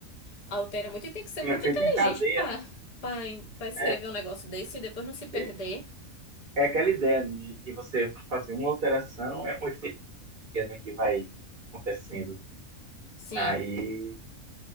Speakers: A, on the left; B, on the right.
A: Altera muito e tem que ser
B: Um
A: muito
B: efeito
A: inteligente
B: em cadeia,
A: pra
B: né?
A: para escrever
B: É,
A: um negócio desse e depois não se perder.
B: é é aquela ideia de, de você fazer uma alteração, é um efeito né, que vai acontecendo.
A: Sim.
B: Aí,